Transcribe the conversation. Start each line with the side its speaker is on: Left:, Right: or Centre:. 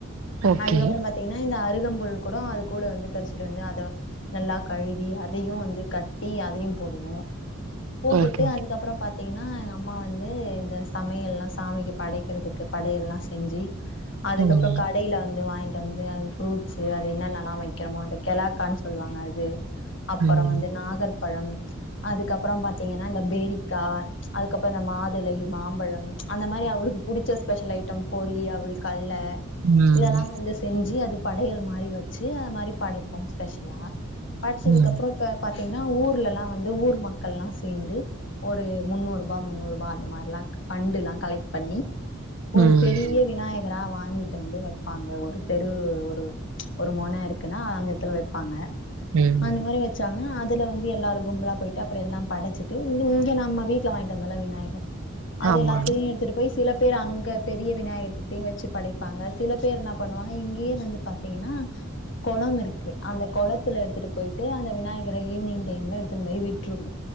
Right: ஓகே
Left: அதுக்கப்பறம் பாத்தீங்கன்னா இந்த அருகம்புல் கூட அது கூட வந்து பறிச்சுட்டு வந்து அத நல்லா கழுவி அதையும் வந்து கட்டி அதையு போடுவோம் போட்டுட்டு
Right: ஓகே ஓகே
Left: அதுக்கப்பறம் பாத் தீங்கன்னா எங்க அம்மா வந்து இந்த சமையல் எல்லாம் சாமிக்கு படைக்கறதுக்கு படையெல்லா செஞ்சு அதுக்கப்பறம்
Right: ம்
Left: காய் கடைல வந்து வாங்கிட்டு வந்து அது ஃப்ரூட்ஸ்சு அது என்னெல்லா வெக்கிறமோ அந்த கெலாக்கான் சொல்லுவாங்க அது அப்பறம்
Right: ம்
Left: வந்து நாகர்பழம் அதுக்கப்பறம் பாத்தீங்கன்னா இந்த பேரிக்கா அதுக்கப்பறோ இந்த மாதுளை மாம்பழம் அந்த மாரி அவுருக்கு புடிச்ச ஸ்பெஷல் ஐட்டம் பொரி அவுள் கல்ல
Right: ம்
Left: இதெல்லாம் வந்து செஞ்சு அது படையல் மாரி வெச்சு அது மாரி படைப்போ ஸ்பெஷலா படச்சதுக்கப்பறோ
Right: ம்
Left: இப்ப பாத்தீங்கன்னா ஊர்ல எல்லா வந்து ஊர் மக்கள்லா சேந்து ஒரு முன்னூரூபா முன்னூரூபா அந்த மாரில்லா ஃபண்டுளா கலெக்ட் பண்ணி ஒரு
Right: ம்
Left: பெரிய விநாயகரா வாங்கிட்டு வந்து வெப்பாங்க ஒரு தெரு ஒரு ஒரு மொண இருக்குன்னா அந்த எத்துல வெப்பாங்க
Right: ம்
Left: அந்த மாரி வெச் சாங்க அதுல வந்து எல்லாரும் கும்பலா போயிட்டு அப்றோ எல்லாம் படச்சிட்டு இங்கே நம்ம வீட்ல வாங்கிட்டு வந்தோல்ல விநாயகர் அது
Right: ஆமா
Left: எல்லாத்தையு எ த்துட்டு போய் சில பேரு அங்க பெரிய விநாயகர்கிட்டயு வெச்சு படைப்பாங்க சில பேர் என்ன பண்ணுவாங்க இங்கேயே வந்து பா த்தீங்கன்னா கொளம் இருக்கு அந்த கொளத்துல எடுத்துட்டு போயிட்டு அங்க விநாயகரை ஈவி்னிங் டைம்ல எடுத்துன் போய் விட்ருவோ